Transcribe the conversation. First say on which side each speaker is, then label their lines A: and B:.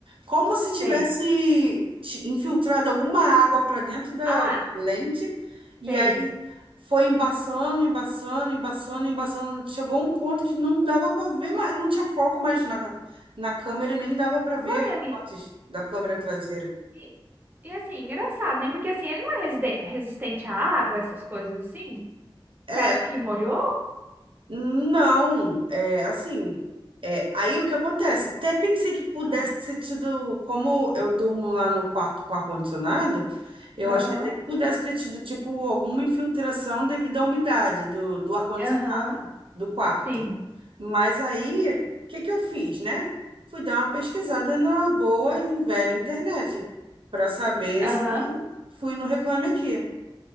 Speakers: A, on the right; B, on the right.
A: Como se
B: sei.
A: tivesse ti- infiltrado alguma água para dentro da
B: Ah,
A: lente, e
B: sei.
A: aí foi embaçando, embaçando, embaçando, embaçando. Chegou um ponto que não dava para ver, mais, não tinha foco mais na, na câmera e nem dava para ver
B: Uai,
A: as
B: amiga.
A: fotos da câmera traseira.
B: E, e assim, engraçado, né? Porque assim, ele não é residen- resistente à água, essas coisas assim?
A: É.
B: Você acha que molhou?
A: Não, é assim. É, aí o que acontece? Até pensei que pudesse
B: Ah,
A: ter tido, como eu durmo lá no quarto com ar-condicionado, eu
B: Aham,
A: achei até que pudesse ter tido, tipo, alguma infiltração devido à umidade do, do ar-condicionado
B: aham,
A: do quarto.
B: sim.
A: Mas aí, o que que eu fiz, né? Fui dar uma pesquisada na boa e velha internet para saber se
B: Aham,
A: fui no Reclame Aqui.